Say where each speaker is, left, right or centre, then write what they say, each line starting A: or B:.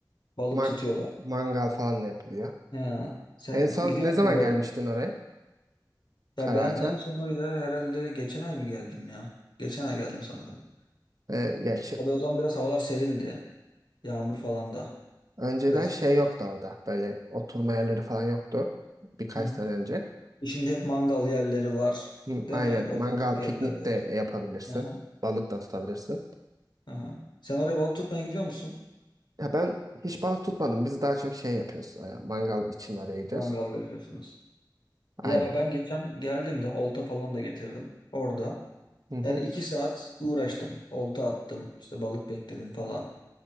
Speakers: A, on the left (about 75°); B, on the right (about 50°).
A: Balık
B: ma-
A: tutuyorlar.
B: mangal falan da yapılıyor.
A: Ha, sen
B: En son
A: gidiyor
B: ne
A: musun?
B: zaman
A: böyle?
B: gelmiştin oraya? Karaağaç'a.
A: Ya ben en son oraya herhalde geçen ay mı geldim ya? Geçen ay geldim sanırım.
B: E, ya şey-
A: Hadi o zaman biraz havalar serindi. Yağmur falan da.
B: önceden
A: Biraz.
B: şey yoktu orada. Böyle oturma yerleri falan yoktu. Birkaç
A: Hı hı.
B: sene önce.
A: E Şimdi hep mangal yerleri var.
B: Hı,
A: Değil
B: aynen.
A: mi? Oturacak
B: Mangal,
A: yerler
B: piknik
A: var.
B: de yapabilirsin.
A: Aha,
B: Balık da tutabilirsin.
A: aha. Sen oraya balık tutmaya gidiyor musun?
B: Ya ben hiç balık tutmadım. Biz daha çok şey yapıyoruz. e, Mangal için oraya gidiyoruz.
A: Mangal yapıyorsunuz.
B: Aynen.
A: Ya ben geçen geldiğimde olta falan da getirdim. Orada.
B: Hı hı.
A: Yani iki saat uğraştım. Olta attım. işte balık bekledim falan.